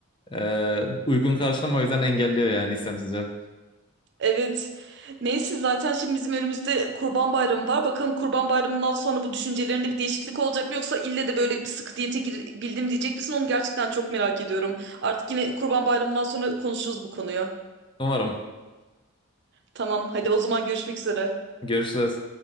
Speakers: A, on the left; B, on the right.
A: E, uygun karşılamıyor o yüzden engelliyor yani istemsizce.
B: Evet. Neyse zaten şimdi bizim önümüzde Kurban Bayramı var. Bakalım Kurban Bayramı'ndan sonra bu düşüncelerinde bir değişiklik olacak mı yoksa ille de böyle bir sıkı diyete gir- bildim diyecek misin? Onu gerçekten çok merak ediyorum. Artık yine Kurban Bayramı'ndan sonra konuşuruz bu konuyu.
A: Umarım.
B: Tamam, hadi o zaman görüşmek üzere.
A: Görüşürüz.